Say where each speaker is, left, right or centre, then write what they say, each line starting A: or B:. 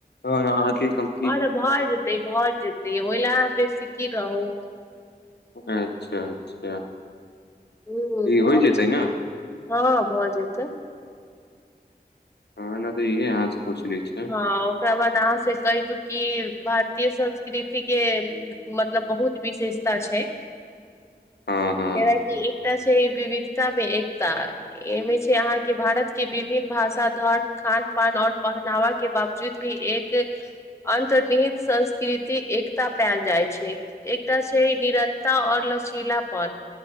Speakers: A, on the left; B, on the left.
A: हँ, अहाँ <unintelligible>
B: हँ तऽ भऽ जेतै, भऽ जेतै, ओहि लए अहाॅं बेफिकिर रहू
A: अच्छा, अच्छा
B: हॅं
A: ई
B: भऽ
A: होइ
B: जेतै,
A: ने
B: हँ भऽ जेतै।
A: हँ ने तऽ इहे अहाँसे पुछले छी
B: हँ ओकरा बाद अहाँ से कहि दू कि भारतीय संस्कृतिके मतलब बहुत विशेषता छै,
A: हँ हँ
B: जेनाकि एकटा छै विविधतामे एकता एहिमे छै अहाँके भारतके विभिन्न भाषा, धर्म, खान, पान और पहनावा के बावजूद भी एक अन्तर्निहित संस्कृति एकता पाएल जाइ छै। एकटा छै निरन्ता और लचीलापन।